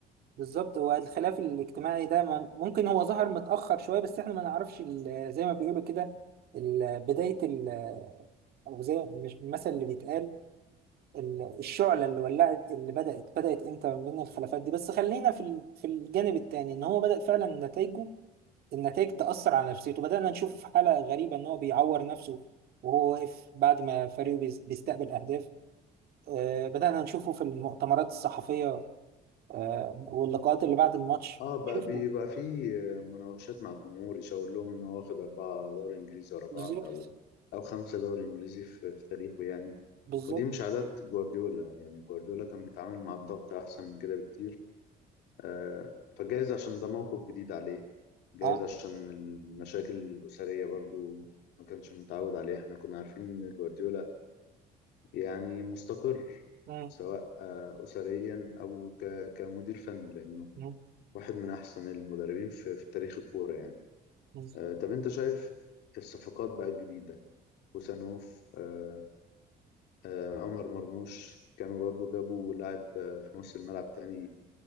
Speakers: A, on the right; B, on the left.
A: بالظبط هو الخلاف الاجتماعي ده من- ممكن هو ظهر متأخر شوية بس احنا ما نعرفش ال- زي ما بيقولوا كده ال- بداية ال- او زي مش المثل اللي بيتقال ال- الشعلة اللي ولعت اللي بدأت بدأت امتى من الخلافات دي بس خلينا في ال- في الجانب التاني ان هو بدأ فعلا نتائجه النتائج تأثر على نفسيته بدأنا نشوفه في حالة غريبة ان هو بيعور نفسه وهو واقف بعد ما فريقه بيز- بيستقبل أهداف آه، بدأنا نشوفه في المؤتمرات الصحفية آه، واللقاءات اللي بعد الماتش
B: اه بقى
A: شوفوا
B: بيبقى في آه، مناوشات مع الجمهور يشاور لهم ان هو واخد اربعة دوري انجليزي ورا بعض
A: بالظبط
B: او او خمسة دوري انجليزي في, في تاريخه يعني
A: بالظبط
B: ودي مش عادات جوارديولا يعني جوارديولا كان بيتعامل مع الضغط احسن من كده بكتير آه، فجايز عشان ده موقف جديد عليه جايز
A: اه
B: عشان المشاكل الأسرية برضو ما كانش متعود عليها احنا كنا عارفين ان جوارديولا يعني مستقر
A: مم.
B: سواء آه، أسريا أو ك- كمدير فني لأنه
A: مم.
B: واحد من أحسن المدربين في, في تاريخ الكورة يعني
A: مم.
B: آه، طب أنت شايف الصفقات بقى الجديدة خوسانوف آه، آه، عمر مرموش كانوا برضو جابوا لاعب آه، في نص الملعب تاني